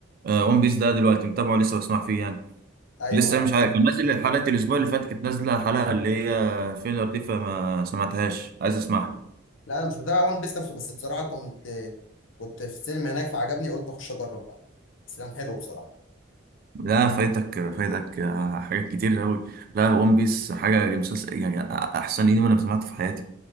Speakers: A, on the right; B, on the left.
A: ون بيس ده دلوقتي متابعه لسه بسمع فيه يعني
B: أيوه
A: لسه
B: أيوه
A: مش عارف كان نازل حلقة الاسبوع اللي فات كانت نازلة الحلقة اللي هي فيلر دي فما سمعتهاش عايز اسمعها
B: مم. لا أنا مش متابع وان بيس نفسه بس بصراحة كنت كنت في السينما هناك فعجبني قلت أخش أجرب بقى بس كان حلو بصراحة
A: لا فايتك فايتك آه، حاجات كتير قوي لا ون بيس حاجة مسلسل يعني احسن انمي انا سمعته في حياتي